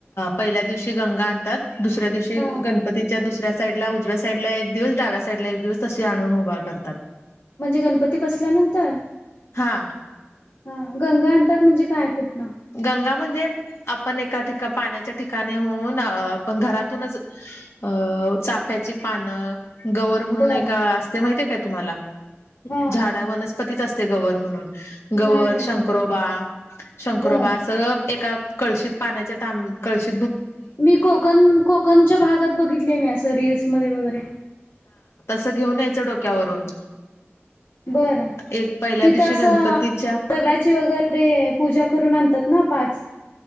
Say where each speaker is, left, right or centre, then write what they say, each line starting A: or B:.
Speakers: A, on the left; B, on the left.
A: पहिल्या दिवशी गंगा आणतात.. दुसऱ्या दिवशी
B: हा.
A: गणपतीच्या दुसऱ्या... साईड ला उजव्या साईड ला एक दिवस डाव्या साईड ला एक दिवस तशी आणून उभा करत...
B: म्हणजे गणपती बसल्यानंतर
A: हा
B: हा... गंगा आणतात म्हणजे काय कुठ?
A: गंगा म्हणजे आप... पण एका ठिका पाण्याच्या ठिकाणी होऊन आपण घरातूनच अ चाफ्याची..... पानं गवर म्हणून
B: बर
A: एक असते माहिती आहे काय तुम्हाला
B: हा
A: झाडा वनस्पतीच असते गवर म्हणून गवर
B: नाही माहिती
A: शंकरोबा
B: मला
A: शंकरोबा
B: बर
A: अस एका कळशीत पाण्याच्या तांब कळशी
B: मी कोकण कोकणच्या भागात बघितले मी असं रीलसमध्येध्ये वगैरे
A: अस घेऊन यायचं डोक्यावरून
B: बरं
A: एक पहिल्या
B: तिथं
A: दिवशी
B: असं
A: गणपतीच्या
B: जगाची वगैरे पूजा करून आणतात ना पाच